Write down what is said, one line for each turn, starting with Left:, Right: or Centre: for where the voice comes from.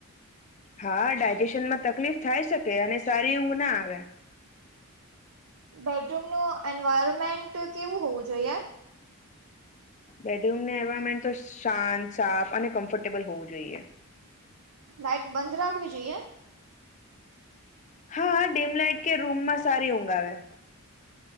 Left: હા ડાયજેશન માં તકલીફ થાય શકે અને સારી ઊંઘ ના આવે
Right: બેડરૂમનું એન્વાયરમેન્ટ કેવું હોવું જોઈએ
Left: બેડરૂમની એન્વાયરમેન્ટ તો શાંત સાફ અને કમ્ફર્ટેબલ હોવું જોઈએ
Right: લાઈટ બંધ રાખવી જોઈએ
Left: હા ડીમ લાઈઇટ કે રૂમ માં સારી ઊંઘ આવેે